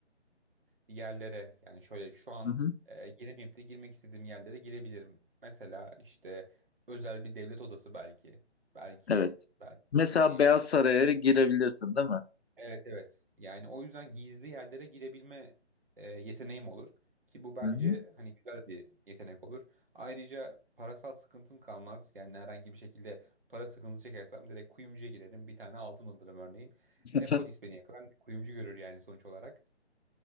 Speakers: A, on the right (about 50°); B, on the left (about 65°).
A: yerlere yani şöyle şu an
B: Hı hı.
A: e, giremeyip de girmek istediğim yerlere girebilirim. Mesela işte özel bir devlet odası belki. Belki
B: Evet.
A: belki
B: Mesela
A: yani
B: Beyaz Saray'a girebilirsin, değil mi?
A: evet evet. Yani o yüzden gizli yerlere girebilme e, yeteneğim olur ki bu bence
B: Hı hı.
A: hani güzel bir yetenek olur. Ayrıca parasal sıkıntım kalmaz. Yani herhangi bir şekilde para sıkıntısı çekersem direkt kuyumcuya girerim. Bir tane altın alırım örneğin. Ne
B: <laughs>
A: polis beni yakalar ne kuyumcu görür yani sonuç olarak.